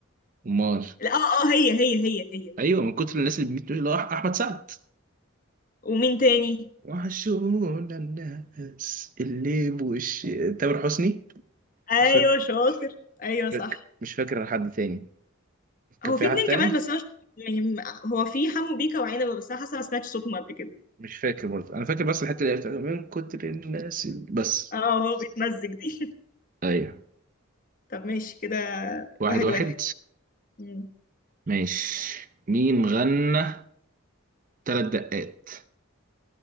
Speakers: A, on the right (about 40°); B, on the left (about 40°).
A: امال
B: لا اه اه هي هي هي هي
A: ايوه من كتر الناس اللي بميت وش اللي هو أح- احمد سعد
B: ومين تاني
A: وحشونا الناس اللي بوش تامر حسني
B: ايوه
A: مش فاكر
B: شاطر ايوه
A: مش
B: صح
A: فاكر مش فاكر حد تاني كان
B: هو
A: في
B: في اتنين
A: حد تاني
B: كمان بس انا مش يعني هو في حمو بيكا وعنبه بس انا حاسه ما سمعتش صوتهم قبل كده
A: مش فاكر برضه انا فاكر بس الحته اللي هي بتاعت من كتر الناس اللي... بس
B: اه هو بيتمزج دي
A: ايوه
B: <laughs> طب ماشي كده
A: واحد
B: واحد
A: واحد
B: واحد مم.
A: ماشي مين غنى ثلاث دقات